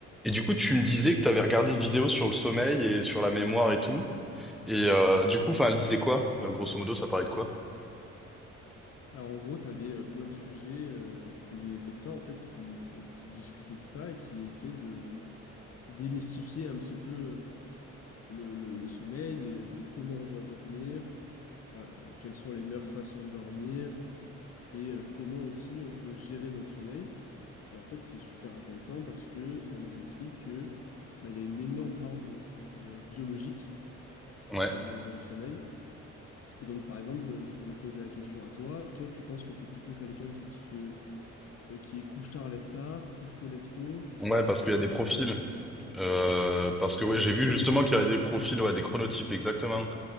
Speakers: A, in the centre; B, on the left.
A: Et du coup, tu me disais que tu avais regardé une vidéo sur le sommeil et sur la mémoire et tout. Et euh, du coup, enfin, elle disait quoi? Euh, grosso modo, ça parlait de quoi?
B: Alors en gros, tu avais plein de sujets, euh, c'était des médecins en fait qui, qui discutaient de ça et qui essayaient de démystifier un petit peu euh, le, le- le sommeil et donc comment on doit dormir, voilà, euh, quelles sont les meilleures façons de dormir et euh, comment aussi on peut gérer notre sommeil. Et en fait, c'est super intéressant parce que ça nous explique que bah, il y a une énorme part de euh, biologique
A: Ouais.
B: dans, dans le sommeil. Et donc par exemple, je pourrais te poser la question à toi, toi tu penses que tu es plutôt quelqu'un qui se euh, qui est couche-tard, lève-tard, couche-tôt, lève-tôt, tu
A: Ouais,
B: te sens,
A: parce
B: tu
A: qu'il
B: te
A: y
B: sentirais
A: a des profils.
B: comment?
A: Euh, parce
B: C'est
A: que
B: ça,
A: ouais, j'ai
B: des
A: vu
B: chronotypes.
A: justement qu'il y avait des profils, ouais, des chronotypes, exactement.